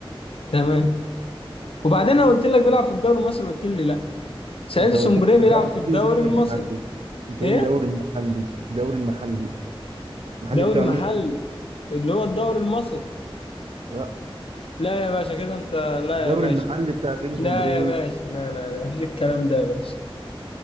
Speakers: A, on the left (about 70°); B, on the right (about 85°).
A: تمام وبعدين انا قلت لك بيلعب في الدوري المصري قلت لي لا سعيد
B: انت
A: السومبري
B: قلت لك
A: بيلعب
B: ده قلت
A: في الدوري
B: لي دوري
A: المصري
B: محلي انت قايل
A: ايه
B: لي دوري المحلي دوري المحلي المحلي
A: دوري
B: بتاع
A: محل
B: مين؟
A: اللي هو الدوري المصري
B: لا
A: لا يا باشا كده انت لا
B: الدوري
A: يا باشا
B: المحلي بتاع سعيد سومبري
A: لا يا باشا لا لا لا مفيش الكلام ده يا باشا